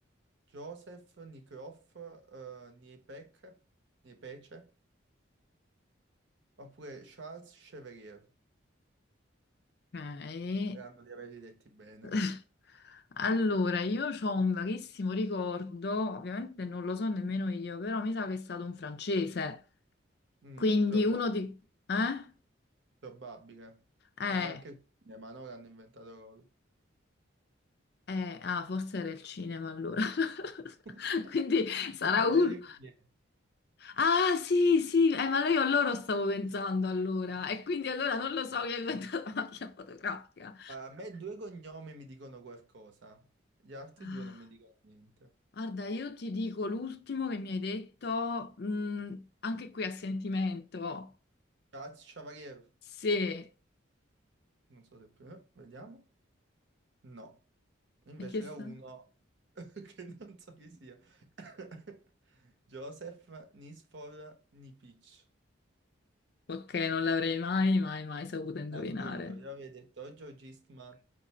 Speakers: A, on the right; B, on the left.
A: Joseph Nicroft, eh, Niepec- Niepce, oppure Charles Chevalier.
B: ok.
A: Sperando di averli letti bene.
B: <laughs> Allora, io ho un vaghissimo ricordo, ovviamente non lo so nemmeno io, però mi sa che è stato un francese.
A: Mm,
B: Quindi
A: proba-
B: uno di... Eh?
A: probabile.
B: Eh,
A: An- anche il cinema, no? L'hanno inventato loro.
B: Eh, ah, forse era il cinema allora. <laughs>
A: <laughs>
B: Quindi sarà
A: Fratelli
B: uno.
A: Lumiere.
B: Ah, sì, sì, eh, ma io a loro stavo pensando allora. E quindi allora non lo so che è inventato la macchina fotografica.
A: Allora, A me due cognomi mi dicono qualcosa, gli altri
B: Ah,
A: due non mi dicono niente.
B: Guarda, io ti dico l'ultimo che mi hai detto, mm, anche qui a sentimento.
A: Charles Chevalier,
B: Se...
A: non so se più, eh, vediamo. No, invece
B: Perché sta?
A: era uno <laughs> che non so chi sia. <coughs> <laughs> Joseph Nisfor Nipic.
B: Ok, non l'avrei mai, mai, mai saputo indovinare.
A: Manco io, io avevo detto o George Eastman